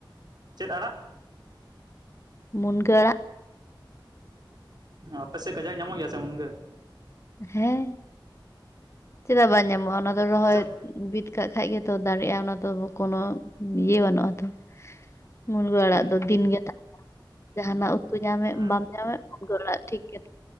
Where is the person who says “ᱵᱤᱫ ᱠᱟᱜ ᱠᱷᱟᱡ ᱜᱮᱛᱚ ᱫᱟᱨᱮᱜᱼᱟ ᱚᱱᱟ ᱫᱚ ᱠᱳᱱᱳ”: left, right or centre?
Left